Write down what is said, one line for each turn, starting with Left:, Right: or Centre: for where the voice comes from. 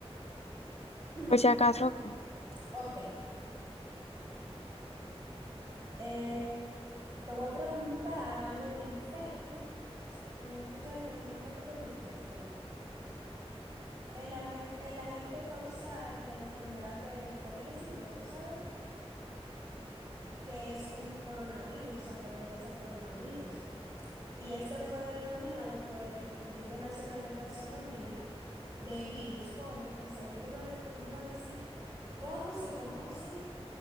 Right: <clears throat>
Left: por si acaso, ok.
Right: Ok, eh, te voy a preguntar algo de infecto, que tú sabes que no, no está tan difícil, ¿verdad? El, auge- el agente causal de la enfermedad del covid diecinueve tú sabes, que es un coronavirus, o sea, pertenece a coronavirus. Y este fue denominado por el Comité Internacional de Taxonomía de virus como, o sea, yo te voy a de- tú me vas a decir cómo se conoce